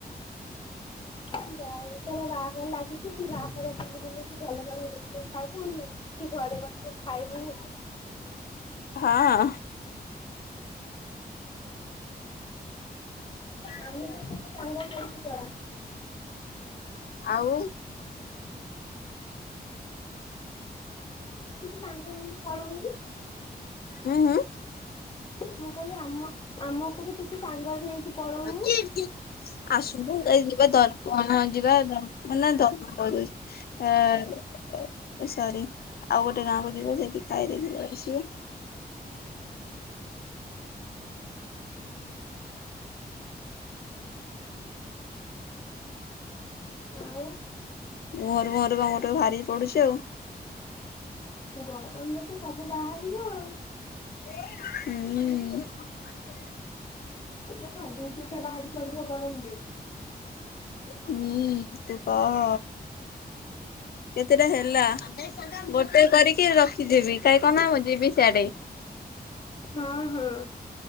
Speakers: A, on the left; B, on the left.
A: ଯା ହଉ ତା ବାହାଘର ଲାଗିଛି ତୁ ବାହାଘର ବୁଲିବୁଲିକି ଭଲ ଭଲ ଜିନିଷ ଖାଇବୁ ଆଉ ସେ ଘରେ ବସେଇ ଖାଇବି ଆଉ
B: ହଁ ହ୍ୟାଲୋ
A: ଆମେ ବି ଟିକେ ସାଙ୍ଗ ନେଇକି ପଳା
B: ଆଉ।
A: ସାଙ୍ଗରେ ନେଇକି ପଳଉନୁ।
B: ହୁଁ ହୁଁ
A: ମୁଁ କହିଲି ଆମ ଆମ ଟିକେ ସାଙ୍ଗରେ ନେଇକି ପଳଉନୁ।
B: କି କି ଆସନ୍ତୁ ଏ ଯିବା ଦ ଯିବା ମାନ ଦର୍ପଣ କରିଦଉଛି ଆ ସରି ଆଉ ଗୋଟେ ଗାଁ କୁ ଯିବା ସେଇଠି ଖାଇଦେଇକି ପଳେଇ ଆସିବା
A: ଆଉ
B: ମୁହଁରୁ ମୁହଁରୁ ମୁହଁରୁ ବାହାରି ପଡୁଛି ଆଉ।
A: ଗରମରେ ତ ସବୁ ବାହାରିବ ଆଉ।
B: ହୁଁ।
A: ଦି ଦିଇଟା ବାହାରି ପଡିବ ଗରମରେ
B: ହୁଁ ତୁ କହ କେତେଟା ହେଲା ଗୋଟେ କରିକି ରଖିଦେବି କାହିଁ କହନା ମୁଁ ଯିବି ସିଆଡେ
A: ହଁ ହଁ।